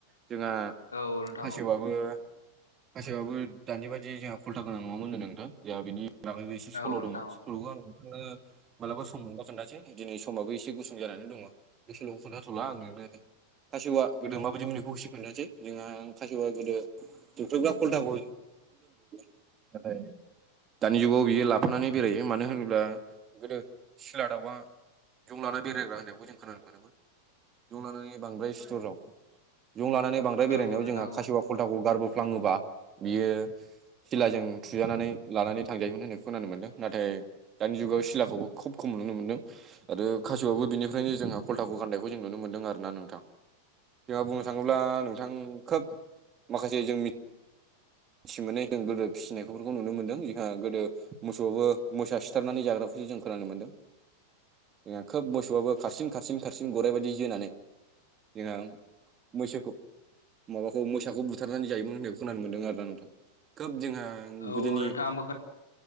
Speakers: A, on the right (about 25°); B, on the left (about 75°).
A: जोंहा
B: औ नोंथां
A: खासेवाबो
B: औ
A: खासेवाबो दानि बादि जोंहा खल्टा गोनां नङामोनो नोंथां जोंहा बिनि दाबोबे एसे सल
B: औ नोंथां
A: दङ सलखो
B: औ
A: आं नोंथांनो मालाबा सम मोनबा खोन्थानोसै। दिनै समाबो एसे गुसुं जानानै दङ बे सलखो खोन्थाथ'ला आं नोंनो। खासेवा गोदो माबायदिमोन बेखौ एसे खोनथानोसै जोंहा ओं खासेव गोदो <unintelligible> दानि जुगाव बियो लाबोनानै बेरायो मानो होनोब्ला गोदो सिला दाउआ जं लाना बेरायग्रा होननायखौ जों खोनानो मोनोमोन। जं लानानै बांद्राय सिथर दं ज लानानै बांद्राय बेरायनायाव
B: औ औ नोंथां
A: जोंहा खासेवा
B: औ
A: खलथाखौ गारबो फ्लांङोबा बियो सिलाजों थुजानानै लानानै थांजायोमोन होननाय खोनानो मोन्दों नाथाय दानि जुगाव सिलाखौबो खुब खम नुनो मोन्दों। आरो खासेयावबो बिनिफ्रायनो जोंहा कल्थाखौ गान्नायखौ जों नुनो मोनदों आरोना नोंथां। जोंहा बुंनो थाङोब्ला नोंथां खोब माखासे जों फिसि मोननाय जों गोदो फिसिनायफोरखौ नुनो मोन्दों जोंहा गोदो मोसौआबो मोसा सिथारनानै जाग्राखौसो जों खोनानो मोन्दों। जोंहा खोब मोसौआबो खारसिन खारसिन खारसिन गराइबायदि जोनानै जोंहा मैसोखौ माबाखौ मोसाखौ बुथारनानै जायोमोन होननायखौ खोनानो मोनदों आरोना नोंथां खोब जोंहा
B: औ
A: गोदोनि
B: औ नोंथां आंबो